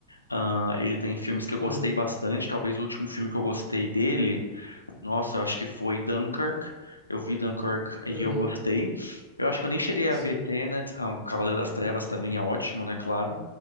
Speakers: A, on the left; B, on the right.
A: ah, ele tem filmes que eu
B: uhum,
A: gostei bastante. Talvez o último filme que eu gostei dele, nossa, eu acho que foi Dunkirk. Eu vi Dunkirk e
B: uhum,
A: eu gostei. Eu acho que eu nem cheguei
B: sim,
A: a ver Tenet. Ah, o Cavaleiro das Trevas também é ótimo, né? Claro.